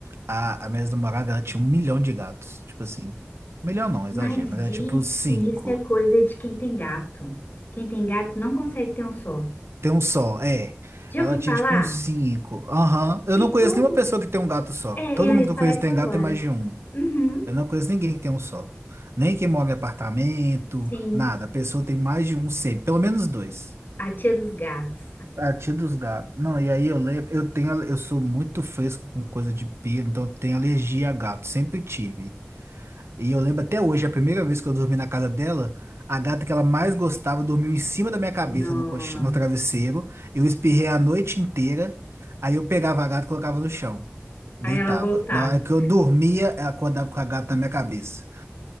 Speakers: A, on the right; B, on the left.
A: A, a minha namorada, ela tinha um milhão de gatos. Tipo assim, milhão não, exagero,
B: Mas
A: mas
B: diz
A: era tipo uns cinco.
B: que isso é coisa de quem tem gato. Quem tem gato não consegue ter um só.
A: Tem um só, é.
B: Já
A: Ela
B: ouviu
A: tinha
B: falar?
A: tipo uns cinco. Aham. Eu
B: E
A: não conheço
B: todo.
A: nenhuma pessoa que tem um gato só.
B: É,
A: Todo
B: eu
A: mundo
B: ia
A: que
B: falar
A: eu conheço
B: isso
A: tem
B: agora.
A: gato tem mais de um.
B: Uhum,
A: Eu não conheço ninguém que tem um só. Nem quem mora em apartamento,
B: sim,
A: nada. A pessoa tem mais de um sempre, pelo menos dois.
B: a tia dos gatos.
A: A tia dos gatos. Não, e aí eu lembro, eu tenho, eu sou muito fresco com coisa de pelo, então eu tenho alergia a gato, sempre tive. E eu lembro até hoje, a primeira vez que eu dormi na casa dela, a gata que ela mais gostava dormiu em cima da minha cabeça
B: Nossa.
A: no, colch- no travesseiro. Eu espirrei a noite inteira. Aí eu pegava a gata e colocava no chão. Deitava.
B: Aí ela voltava.
A: Na hora que eu dormia, ela acordava com a gata na minha cabeça.